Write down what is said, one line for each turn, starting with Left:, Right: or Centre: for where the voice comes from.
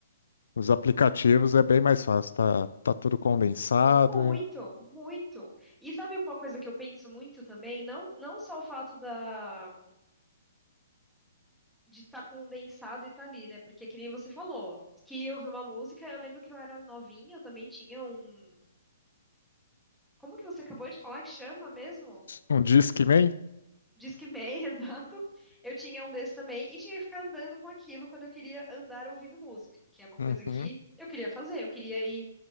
Left: nos aplicativos é bem mais fácil, tá, tá tudo condensado.
Centre: Muito, muito. E sabe uma coisa que eu penso muito também? Não, não só o fato da de estar condensado e tá ali, né? Porque que nem você falou, queria ouvir uma música, eu lembro que eu era novinha, eu também tinha um. Como que você acabou de falar que chama mesmo?
Left: Um Discman?
Centre: Discman, <laughs> exato. Eu tinha um desse também e tinha que ficar andando com aquilo quando eu queria andar ouvindo música, porque é uma
Left: Uhum,
Centre: coisa que eu queria fazer. Eu queria ir,